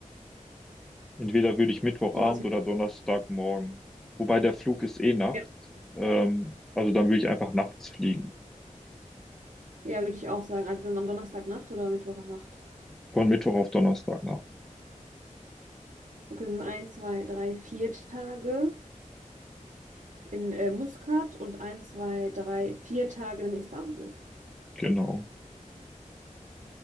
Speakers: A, in the centre; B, on the right.
A: Entweder würde ich Mittwochabend
B: So, dass wir,
A: oder Donnerstagmorgen. Wobei der Flug ist eh nachts.
B: ja,
A: Ähm, also dann würde ich einfach nachts fliegen.
B: ja, würde ich auch sagen. Also dann am Donnerstagnacht oder Mittwochnacht.
A: Von Mittwoch auf Donnerstag Donnerstagnacht.
B: Okay, das sind ein, zwei, drei, vier Tage in äh, Muscat und ein, zwei, drei, vier Tage in Istanbul.
A: Genau.